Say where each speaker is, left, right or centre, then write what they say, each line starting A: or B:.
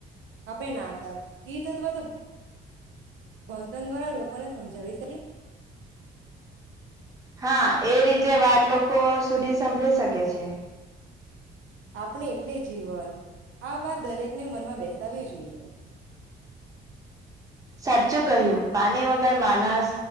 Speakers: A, on the right; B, on the right.
A: આપડે નાતક ગીત અથવા તો, બજન દ્વારા લોકોને સમજાવી શકીએ.
B: હા, એ રીતે વાત લોકો સુધી સંભળી સકે છે.
A: આપણે એટલે જીવન, આ વાત દરેકને મનમાં બેસાવવી જોઈએ.
B: સાચું કહ્યું પાની વગર માનસ,